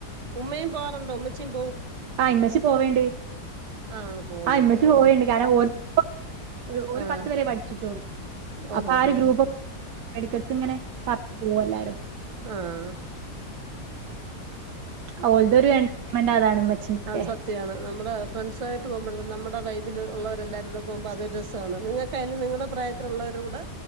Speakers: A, on the right; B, on the right.
A: ഉമ്മയും പോകാറുണ്ടോ ഉമ്മച്ചയും
B: ആ ഉമ്മച്ചി പോവാറുണ്ട്
A: ആഹ് പോകുന്നുണ്ട്
B: ആഉമ്മച്ചി
A: ആഹ്
B: പോവാറുണ്ട് കാരണം ഒരു ഒരു
A: ആഹ്
B: പത്ത് വരെ പഠിച്ചിട്ടുള്ളൂ
A: ഓഹോ
B: അപ്പൊ ആ
A: ഹോ
B: ഒരു ഗ്രൂപ്
A: ഹോ
B: ഇടക്കിടക്ക് ഇങ്ങനെ പുറത്ത് പോവും എല്ലാരും
A: ആഹ
B: ഓ ഇതൊരു എന്റർട്മെന്റ് അതാണ് ഇമ്മച്ചിനൊക്കെ
A: അത് സത്യമാണ് നമ്മുടെ ഫ്രണ്ട്സ ആയിട്ട് പോകുമ്പോ നമ്മുടെ വൈബിൽ ഉള്ളവരെല്ലാരൂടെ പോകുമ്പോ അതൊരു രസമ ര സമാണ് നിങ്ങൾക്ക് ആയാലും നിങ്ങളുടെ പ്രായത്തിലുള്ളവര കൂടെ